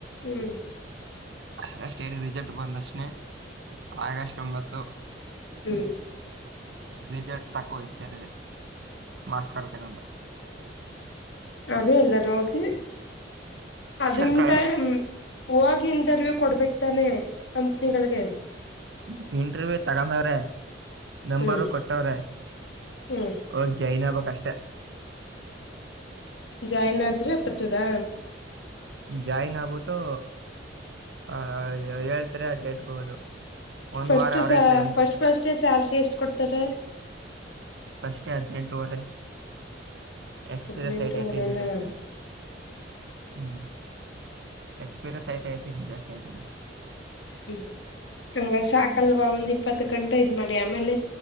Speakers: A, on the left; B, on the right.
A: ಹ್ಮ್
B: ಆಗಸ್ಟ್ ಏಟ್ಗೆ ರಿಸಲ್ಟ್ ಬಂದಕ್ಷಣೆ ಆಗಸ್ಟ್ ಒಂಬತ್ತು
A: ಹ್ಮ
B: ರಿಸಲ್ಟ್ ತಕೋೋಗ್ತರ ಮಾರ್ಸ್ ಕಡೆ ತಗೊಂಡ
A: ಅವೇ ಇಲ್ಲ ರೋಗಿ ಅದು
B: ಸರ್ಕಾರದ
A: ಇಟ ಹೋಗಿ ಇಂಟರ್ವ್ಯೂ ಕೊಡ್ಬೇಕು ಇತಾನೆ ಕಂಪ್ನಿಗಳಿಗೆ
B: ಹ್ಮ್ ಇಂಟರ್ವ್ಯೂ ತಗೊಂಡವ್ರೆ ನಂಬರು
A: ಹ್ಮ್
B: ಕೊಟ್ಟವ್ರೆ
A: ಹ್ಮ್
B: ಒಾಗ ಜೈನ್ ಆಬ ಅಷ್ಟೇ
A: ಜಾಯಿನ್ ಆದ್ರೆಪ್ಪತ್ತದಾ
B: ಜಾಯಿನ್ ಆಗ್ಬಿಟ್ಟು ಆ ಹೇಳ್ತರಿ ಡೇಟ್ಗೆ ಹೋಗೋದು ಒಂದ್
A: ಫಸ್ಟ್
B: ವಾರ ಅವರೇ ಟ್ರೈನಿಂಗ್
A: ಫಸ್ಟ್
B: ಕೊಡ್ತಾರೆ
A: ಫಸ್ಟ್ ಸ್ಯಲ್ರಿ ಎಷ್ಟ್ ಕೊಡ್ತಾರೆ
B: ಫಾಸ್ಟ್ ಗೆ ಹದನೆಂಟುವರೆ ಎಕ್ಸ್ಪೀರಿಯನ್ಸ್
A: ಹದ್ನೆಂಟುವರೆನಾ
B: ಐತ ಐತೆ ಇನ್ನುೂ ಜಾಸ್ತಿ ಆಗುತ್ತೆ ಹ್ಮ್ ಎಕ್ಸ್ಪಿರಿನ್ಸ್ ಆಯ್ತಐತಿ ಜಾಸ್ತಿ ಆಯತ
A: ಹ್ಮ್ ಹಂಗ ಸಾಕಲ್ವಾ
B: ಅಂದ್ರೆ
A: ಒಂದ್ ಇಪ್ಪತ್ತು ಗಂಟೆ ಇದ್ ಮಾಡಿ ಆಮೇಲೆ